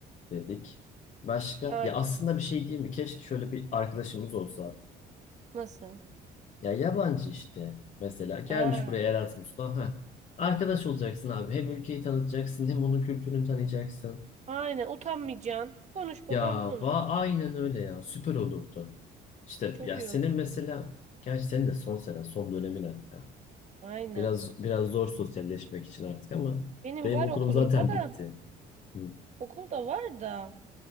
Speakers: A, on the left; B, on the right.
A: dedik. Başka?
B: Aynen.
A: Ya aslında bir şey değil mi? Keşke şöyle bir arkadaşımız olsa.
B: Nasıl?
A: Ya yabancı işte mesela. Gelmiş
B: Ha.
A: buraya Erasmus'ta. Ha. Arkadaş olacaksın abi. Hem ülkeyi tanıtacaksın hem onun kültürünü tanıyacaksın.
B: Aynen. Utanmayacaksın. Konuş babam
A: Ya
B: konuş.
A: va aynen öyle ya. Süper olurdu. İşte
B: Çok
A: ya
B: iyi
A: senin
B: olur.
A: mesela Gerçi senin de son sene, son dönemin hatta.
B: Aynen.
A: Biraz biraz zor sosyalleşmek için artık ama
B: Benim
A: benim
B: var
A: okulum
B: okulumda
A: zaten
B: da.
A: bitti. Hı.
B: Okulda var da.